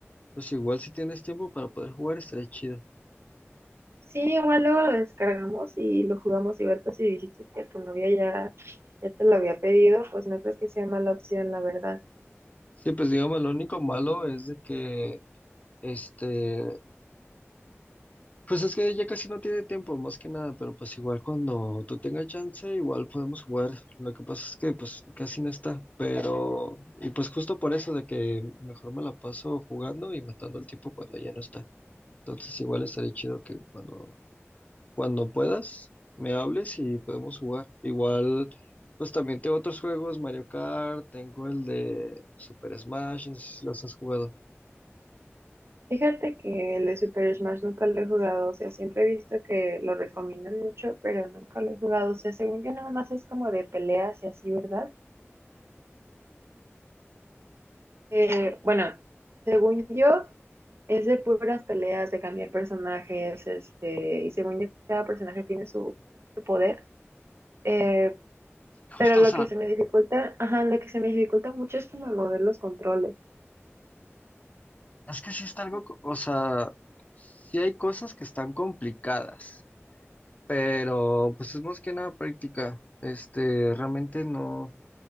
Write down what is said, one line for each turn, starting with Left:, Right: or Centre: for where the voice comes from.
Left: pues igual si tienes tiempo para poder jugar estaría chido.
Right: Sí, igual luego lo descargamos y lo jugamos y ahorita si dijiste que tu novia ya, ya te lo había pedido, pues no creo que sea mala opción, la verdad.
Left: Sí, pues digamos, lo único malo es de que, este, pues es que ya casi no tiene tiempo, más que nada, pero pues igual cuando tú tengas chance, igual podemos jugar. Lo que pasa es que pues casi no está, pero, y pues justo por eso de que mejor me la paso jugando y matando el tiempo cuando ya no está. Entonces igual estaría chido que cuando, cuando puedas me hables y podemos jugar. Igual, pues también tengo otros juegos, Mario Kart, tengo el de Super Smash, no sé si los has jugado.
Right: Fíjate que el de Super Smash nunca lo he jugado, o sea, siempre he visto que lo recomiendan mucho, pero nunca lo he jugado, o sea, según yo nada más es como de peleas y así, ¿verdad? Eh, bueno, según yo es de puras peleas, de cambiar personajes, este, y según yo cada personaje tiene su, su poder. Eh,
Left: Sí,
Right: Pero
Left: Justo,
Right: lo
Left: o sea,
Right: que se me dificulta, ajá, lo que se me dificulta mucho es como mover los controles.
Left: es que sí está algo, co- o sea, sí hay cosas que están complicadas, pero pues es más que nada práctica. Este, realmente no,